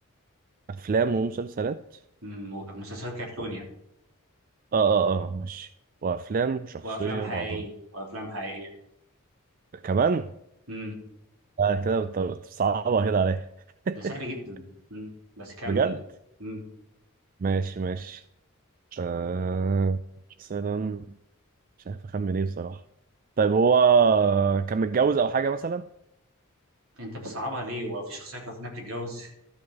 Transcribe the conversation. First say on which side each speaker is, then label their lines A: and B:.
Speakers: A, on the right (about 40°); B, on the right (about 70°).
A: أفلام ومسلسلات؟
B: مم. و- مسلسلات كرتون يعني
A: آه آه آه ماشي وأفلام شخصية
B: وافلام حقيقيه
A: بعضها
B: وافلام حقيقيه
A: كمان؟
B: مم.
A: آه كده بت- بتصعبها كده عليا <laughs>
B: ده سهل جدا مم. بس كمل
A: بجد؟
B: يعني مم.
A: ماشي ماشي آه مثلا مش عارف أخمن إيه بصراحة طيب هو كان متجوز أو حاجة مثلا؟
B: انت بتصعبها ليه هو في شخصيه كانت إنها بتتجوز <laughs>